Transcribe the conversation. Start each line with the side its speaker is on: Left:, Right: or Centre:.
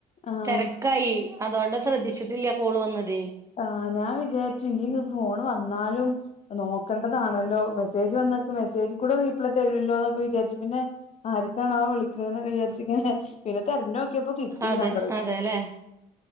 Left: ആഹ്
Right: തെരക്കയി അതുകൊണ്ട് ശ്രദ്ധിച്ചിട്ടില്ല കോള് വന്നതേ.
Left: ആഹ് ഞാൻ വിജാരിച്ചു ഇയ്യ് ഫോണ് വന്നാലും നോക്കണ്ടതാണല്ലോ മെസ്സേജ് വന്നാക്ക് മെസ്സേജിക്കൂടെ റീപ്ലൈ തരൂല്ലോ എന്നൊക്കെ വിജാരിച്ചു പിന്നെ ആരക്കാണാവോ വിളിക്ക്‌ണൊന്നൊക്കെ വിജാരിച്ച്ങ്ങനെ പിന്നെ തെരഞ്ഞോ ക്കിയപ്പോ കിട്ടി
Right: അതെ
Left: നമ്പറ്
Right: അതെല്ലെ